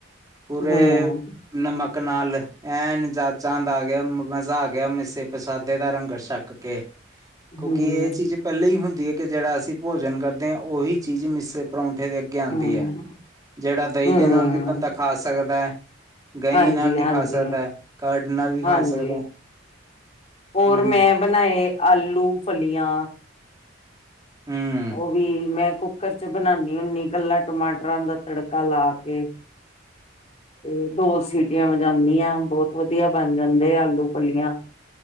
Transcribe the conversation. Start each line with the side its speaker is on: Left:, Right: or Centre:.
Right: ਪੂਰੇ
Left: ਹੂੰ
Right: ਨਮਕ ਨਾਲ ਐਨ ਜਾ ਚਾਂਦ ਆ ਗਿਆ ਮਜ਼ਾ ਆ ਗਿਆ ਮਿੱਸੇ ਪ੍ਰਸ਼ਾਦੇ ਦਾ ਲੰਗਰ ਛੱਕ ਕੇ ਕਿਉਂਕਿ
Left: ਹੂੰ
Right: ਇਹ ਚੀਜ਼ ਪਹਿਲਾਂ ਹੀ ਹੁੰਦੀ ਹੈ, ਕਿ ਜਿਹੜਾ ਅਸੀਂ ਭੋਜਨ ਕਰਦੇ ਹਾਂ ਉਹੀ ਚੀਜ਼ ਮਿਸੇ ਪਰੌਂਠੇ ਦੇ ਅੱਗੇ ਆਉਂਦੀ
Left: ਹੂੰ
Right: ਹੈ ਜਿਹੜਾ ਦਹੀਂ
Left: ਹੂੰ
Right: ਦੇ ਨਾਲ ਵੀ ਬੰਦਾ ਖਾ ਸਕਦਾ ਹੈ। ਦਹੀਂ
Left: ਹਾਂਜੀ
Right: ਨਾਲ ਵੀ
Left: ਹਾਂਜੀ
Right: ਖਾ ਸਕਦਾ ਕਰਡ ਨਾਲ ਵੀ ਖਾ
Left: ਹਾਂਜੀ
Right: ਸਕਦਾ
Left: ਹੋਰ
Right: ਹਮ।
Left: ਮੈਂ ਬਣਾਏ ਆਲੂ ਫਲੀਆਂ
Right: ਹਮ
Left: ਉਹ ਵੀ ਮੈਂ ਕੁੱਕਰ ਚ ਬਣਾਉਦੀ ਹੁੰਦੀ ਕੱਲਾ ਟਮਾਟਰਾਂ ਦਾ ਤੜਕਾ ਲਾ ਕੇ ਤੇ ਦੋ ਸੀਟੀਆਂ ਵਜਦੀ ਹਾਂ ਬਹੁਤ ਵਧੀਆ ਬਣ ਜਾਂਦੇ ਆਲੂ-ਫਲੀਆਂ